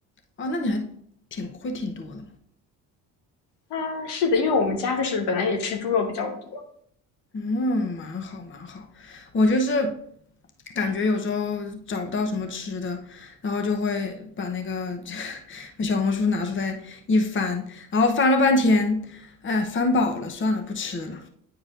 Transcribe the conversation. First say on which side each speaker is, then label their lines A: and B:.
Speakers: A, on the left (about 30°); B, on the left (about 70°).
A: 哦，那你还挺会挺多的。
B: 啊，是的，因为我们家就是本来也吃猪肉比较多，
A: 嗯，蛮好蛮好。我就是感觉有时候找不到什么吃的，然后就会把那个 <laughs> 把小红书拿出来一翻，然后翻了半天，哎，翻饱了，算了，不吃了。